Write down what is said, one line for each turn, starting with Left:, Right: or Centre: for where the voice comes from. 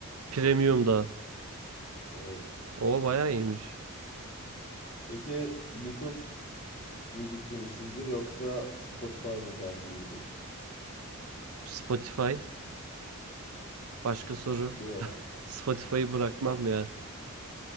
Right: Premium da.
Left: Evet.
Right: O bayağı iyiymiş.
Left: Peki YouTube müzikçi misindir yoksa Spotify mı tercihindir?
Right: Spotify. Başka soru.
Left: Değil mi?
Right: Spotify'ı bırakmam ya.